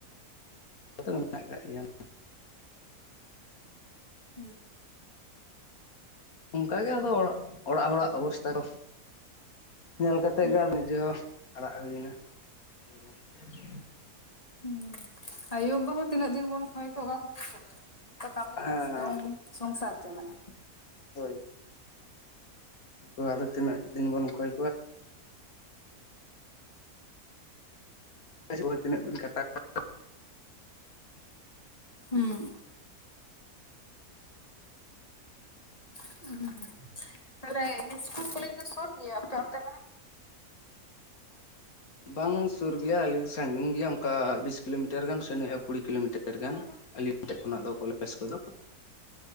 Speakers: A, on the left; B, on the left.
A: ᱟᱫᱚ ᱢᱮᱱᱟᱜ ᱟᱠᱟᱜ ᱜᱮᱭᱟᱢ
B: ᱦᱩᱸᱦᱩᱸ
A: ᱚᱱᱠᱟ ᱜᱮ ᱟᱫᱚ ᱚᱲᱟᱜ ᱚᱲᱟᱜ ᱦᱚᱲᱟᱜ ᱚᱵᱚᱥᱛᱟ ᱠᱚ ᱧᱮᱞ ᱠᱟᱛᱮᱜ
B: ᱦᱩᱸ
A: ᱜᱮ ᱟᱫᱚ ᱱᱤᱡᱟ. ᱦᱚᱸᱼᱼ ᱟᱲᱟᱜ ᱦᱩᱭᱮᱱᱟ <unintelligible>
B: ᱦᱩᱸ ᱟᱭᱳ ᱵᱟᱵᱟ ᱦᱚᱸ ᱛᱤᱱᱟᱹᱜ ᱫᱤᱱ ᱵᱚᱱ ᱠᱷᱚᱭ ᱠᱚᱜ-ᱟ ᱚᱠᱟ ᱠᱷᱚᱱ ᱠᱚ ᱠᱩᱲᱟᱹᱣ ᱢᱮᱭᱟ
A: ᱦᱮᱸ
B: ᱡᱚᱛᱚ ᱠᱟᱹᱢᱤᱜ-ᱟ ᱥᱮ ᱡᱚᱢ ᱥᱚᱝᱥᱟᱨ ᱪᱟᱞᱟᱜ-ᱟ ᱾
A: ᱦᱳᱭ ᱾ <inaudible> ᱩᱱᱠᱩ ᱦᱚᱸ ᱟᱫᱚ ᱛᱤᱱᱟᱹᱜ ᱫᱤᱱ ᱵᱚᱱ ᱠᱷᱚᱭ ᱟᱡᱤᱵᱚᱱ ᱛᱤᱱᱟᱹᱜ ᱵᱤᱱ ᱠᱷᱟᱴᱟᱣ <unintelligible>
B: ᱦᱮᱸ ᱾ <unintelligible> ᱛᱟᱦᱚᱞᱮ ᱤᱥᱠᱩᱞ ᱠᱚᱞᱮᱡᱽ ᱫᱚ ᱥᱩᱨ ᱜᱮᱭᱟ ᱟᱯᱮ ᱚᱱᱛᱮ ᱠᱷᱚᱱᱟᱜ?
A: ᱵᱟᱝ ᱥᱩᱨ ᱜᱮᱭᱟ ᱟᱞᱮ ᱫᱚ ᱥᱟᱺᱜᱤᱧ ᱜᱮᱭᱟ ᱚᱱᱠᱟ ᱵᱤᱥ ᱠᱤᱞᱳᱢᱤᱴᱟᱨ ᱜᱟᱱ ᱥᱮᱱ ᱦᱩᱭᱩᱜ-ᱟ, ᱠᱩᱲᱤ ᱠᱤᱞᱳᱢᱤᱴᱟᱨ ᱜᱟᱱ ᱾ ᱟᱹᱞᱤᱧ ᱴᱷᱮᱡ ᱠᱷᱚᱱᱟᱜ ᱫᱚ ᱠᱚᱞᱮᱡᱽ ᱠᱚᱫᱚ ᱾